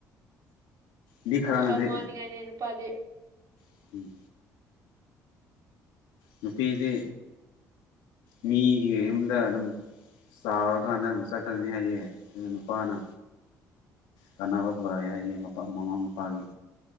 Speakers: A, on the left; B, on the right.
A: ꯃꯤ ꯈꯔꯅꯗꯤ
B: ꯋꯥꯈꯜ ꯋꯥꯅꯤꯡꯉꯥꯏꯅꯦ ꯅꯨꯄꯥꯗꯤ
A: ꯎꯝ ꯅꯨꯄꯤꯗꯤ ꯃꯤꯒꯤ ꯌꯨꯝꯗ ꯑꯗꯨꯝ ꯆꯥꯎꯔꯀꯥꯟꯗ ꯑꯃꯨꯛ ꯆꯠꯈꯔ꯭ꯅꯤ ꯍꯥꯏꯌꯦ ꯑꯗꯨꯅ ꯅꯨꯄꯥꯅ ꯀꯥꯟꯅꯕ ꯄꯨꯔꯛꯑꯦ ꯍꯥꯏꯌꯦ ꯃꯃꯥ ꯃꯄꯥꯒꯤ